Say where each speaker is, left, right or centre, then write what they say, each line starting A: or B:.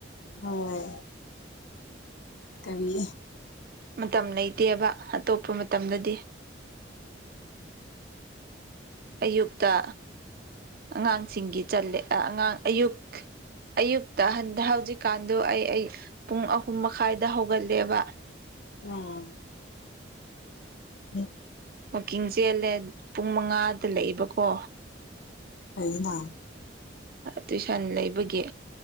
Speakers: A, on the left (about 70°); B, on the right (about 50°).
A: ꯍꯣꯏ ꯀꯕꯤ
B: ꯃꯇꯝ ꯂꯩꯇꯦꯕ ꯑꯇꯣꯞꯄ ꯇꯝꯂꯗꯤ ꯑꯌꯨꯛꯇ ꯑꯉꯥꯡꯁꯤꯡꯒꯤꯂꯦ ꯑꯉꯥꯡ ꯑꯌꯨꯛ ꯑꯌꯨꯛꯇ ꯍꯟꯗ ꯍꯧꯖꯤꯛ ꯀꯥꯟꯗꯨꯣ ꯑꯩ ꯑꯩ ꯄꯨꯡ ꯑꯍꯨꯝ ꯃꯈꯥꯏꯗ ꯍꯧꯒꯠ ꯂꯦꯕ
A: ꯎꯝ <unintelligible>
B: ꯑꯣ ꯀꯡꯁꯤ ꯑ ꯂꯦ ꯄꯨꯡ ꯃꯉꯥꯗ ꯂꯩꯕꯀꯣ
A: ꯀꯅ
B: ꯇꯨꯏꯁꯟ ꯂꯩꯕꯒꯤ